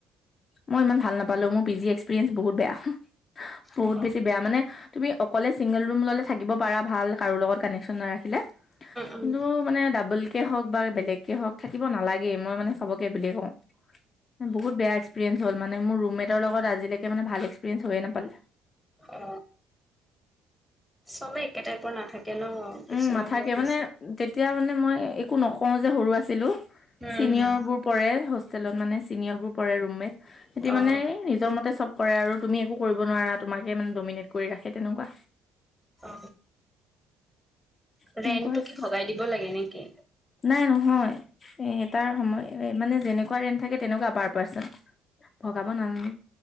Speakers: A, on the left; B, in the centre.
A: মই ইমান ভাল নাপালো মোৰ পি জি এক্সপিৰিয়েঞ্চ বহুত বেয়া বহুত
B: উম
A: বেছি বেয়া মানে। তুমি অকলে ছিংগল ৰুম ল'লে থাকিব পাৰা ভাল কাৰো লগত কানেকশ্যন নাৰাখিলে।
B: উম
A: কিন্তু মানে ডাবল কে হওক। বা বেলেগকে হওক থাকিব নালাগে মই মানে চবকে সেই বুলিয়ে কওঁ বহুত বেয়া্। হল মানে মোৰ ৰুমমেটৰ লগত আজিলেকে মানে ভাল এক্সপেৰিয়েন্স হৈয়ে নাপালে।
B: অ ছবে একেটাইপৰ নাথাকে। ন কিছুমান
A: উম মাথাকে
B: অলপ বেছি
A: মানে তেতিয়া মানে মই। একো নকও যে সৰু আছিলো
B: উম
A: ছিনিয়ৰ
B: হম
A: বোৰ পৰে হোষ্টেলত মানে চিনিয়ৰ বোৰ পৰে ৰুমমেট। হেতি
B: অ
A: মানে নিজৰ মতে চব। কৰে আৰু তুমি একো কৰিব নোৱাৰা তোমাকে মানে ডমিনেট কৰি ৰাখে তেনেকুৱা।
B: অ
A: সেনেকুৱা
B: ৰেন্টটো
A: আছে
B: কি ভগাই দিব লাগে নেকি?
A: নাই নহয় এ এটাৰ সময় মানে যেনেকুৱা ৰেণ্ট থাকে তেনেকুৱা পাৰ পাৰ্চন ভগাব
B: অ
A: নালাগে